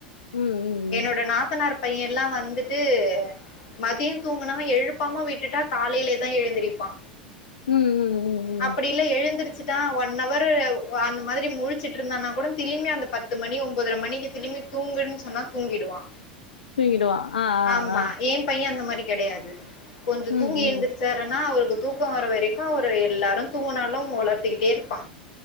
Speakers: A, on the left; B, on the left.
A: ம் ம்
B: என்னோட நாத்தனார் பையன் எல்லா வந்துட்டு மதியம் தூங்கினவ எழுப்பாம விட்டுட்டா காலைலேதா எழுந்திருப்பா
A: உம் ம் ம் ம்
B: அப்படி எல்ல எழுந்தருச்சு தா ஒன் ஹவர் அந்த மாதிரி முழிச்சுட்டு இருந்தானா கூட திரும்மி அந்த பத்து மணி ஒன்பதர மணிக்கு திரும்பி தூங்குன்னு சொன்னா தூங்கிடுவா
A: தூங்கிடுவா ஆ
B: ஆமா
A: ஆ
B: ஏ பைய அந்த மாரி கெடையாது கொஞ்ச தூங்கி
A: ம்
B: எழுந்திருச்சாருனா
A: ம்
B: அவருக்கு தூக்கம் வர வரைக்கு ஒரு எல்லாரு தூங்கினாலு உளத்திக்கிட்டே இருப்பா